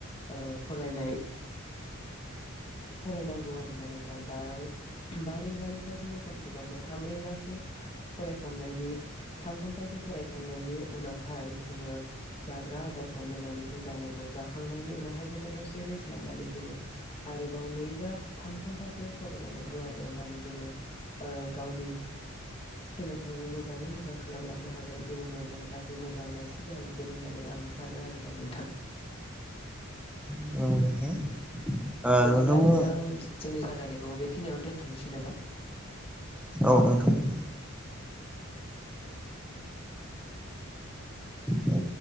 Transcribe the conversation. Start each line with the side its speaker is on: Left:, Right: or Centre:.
Left: ओ फरायनाय फरायनांगौ आरोना नोंथां बा बा रिंगानिफ्राय जोङो खमसे खमबो थाम रिंगासो फरायखांनायनि थाम घन्टासो फरायखांनायनि उनावहाय जोङो जाग्रा आदारखौ मोननानैखौ जानांगौ जाखांनायनि उनावहाय जोङो दसे रेस्ट लानानै जों आरो नै बा थाम घन्टासो फराय नांगौ आरो होमबानो जोङो गावनि सोलोंथाइखौ मोजाङै मोजां खालामलांनो हागोन इयुनाव जों सासे मोजां मानसि जाहैगोन होननानै आं सानो आरोना नोंथां
Centre: औ ओ
Left: बिदिब्ला नोंथां
Centre: बुं
Left: जोंनि जागायनायखौ बे खिनिआवनो दोनथनोसै नामा
Centre: औ नोंथां औ